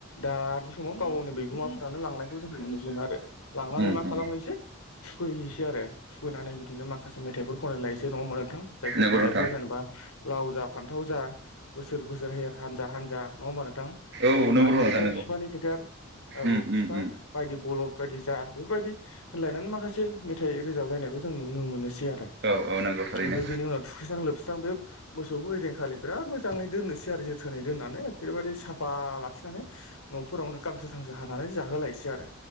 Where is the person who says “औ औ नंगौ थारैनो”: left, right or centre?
Right